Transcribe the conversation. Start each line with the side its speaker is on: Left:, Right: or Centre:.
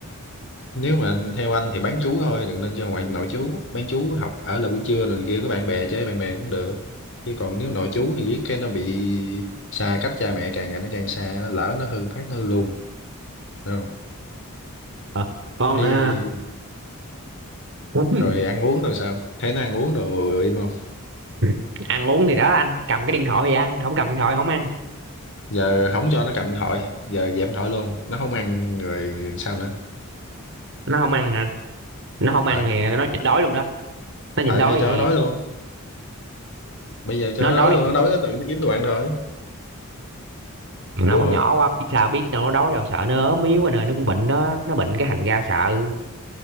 Left: nếu mà theo anh thì bán trú thôi đừng nên cho ngoại nội chú bán chú học ở là buổi trưa rồi này kia có bạn bè chơi bạn bè cũng được chứ còn nếu nội chú thì riết cái nó bị xa cách cha mẹ càng ngày nó càng xa lỡ nó hư phát nó hư luôn Đúng không?
Right: Ờ, con
Left: thấy
Right: ha <laughs>
Left: rồi ăn uống rồi sao thấy nó ăn uống đồ im không
Right: <clears throat> ăn uống thì đó anh cầm cái điện thoại thì ăn không cầm điện thoại không ăn
Left: giờ không cho nó cầm điện thoại giờ dẹp điện thoại luôn nó không ăn rồi sao nữa
Right: nó không ăn hả nó không
Left: ờ
Right: ăn thì nó nhịn đói luôn đó nó nhịn
Left: ờ
Right: đói
Left: thì cho
Right: thì
Left: nó đói luôn bây giờ cho
Right: nó
Left: nó
Right: đói
Left: đói luôn nó đói nó tự nó kiếm đồ ăn thôi
Right: nó
Left: đúng
Right: còn
Left: không
Right: nhỏ quá biết sao biết đâu nó đói đâu sợ nó ốm yếu anh ơi nó cũng bệnh đó nó bệnh cái thành ra sợ